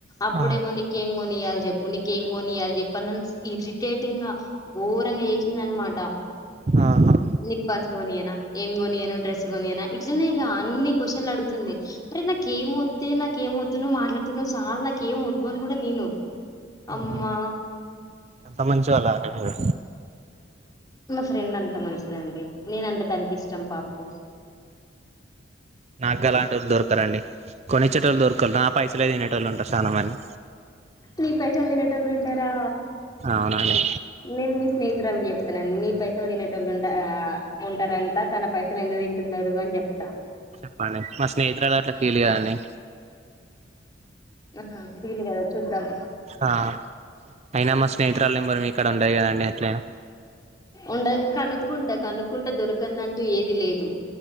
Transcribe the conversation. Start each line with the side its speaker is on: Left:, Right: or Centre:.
Left: అప్పుడేమో
Right: ఆ
Left: నీకేం కొని ఇయ్యాలి చెప్పు నీకేం కొని ఇయ్యాలి చెప్పు నన్ను ఇరిటేటివ్ గా గోరంగా చేసింది అన్న మాట
Right: ఆహా
Left: నిక్ పార్స్ కొనియానా ఏం కొనియను డ్రెస్ కొనియనా ఇట్లనే ఇగ అన్ని క్యూస్షన్లు అడుగుతుంది అరే నాకేం వద్దే నాకేం వద్దు నువ్ మాట్లాడుదు నువ్వు సాలు నాకేం వద్దు అని కూడా నేను అమ్మా
Right: ఆమ్మో అంత మంచోళ్ళ అండి మీరు
Left: మా ఫ్రెండ్ అంత మంచిదండి నేనంటే దానికి ఇష్టం పాపం
Right: నాకు గలాంటి ఓళ్ళు దొరకారండి కొనిచ్చేటోల్లు దొరకలు పైసలే తినేటోల్లు ఉంటరు చాలా మంది
Left: నీ పైసలు తినేటోళ్ళు ఉంటరా
Right: అవునండి
Left: నేను మిస్ స్నేహితురాలకి చెప్తన్నానండి నీ పైసలు తినేటటోలు ఉంటారంటా తన పైసలు ఎందుకు తింటున్నారు అని చెప్త <unintelligible>
Right: చెప్పండి మా స్నేహితురాలు అట్లా ఫీల్ కాదండి
Left: ఆహా ఫీల్ కాదా చూద్దాం
Right: ఆ అయినా మా స్నేహితురాలు నెంబర్ మీకాడా ఉండదు కదండి ఎట్లయినా
Left: ఉండది కనుక్కుంట కనుక్కుంటె దొరకందంటూ ఏది లేదు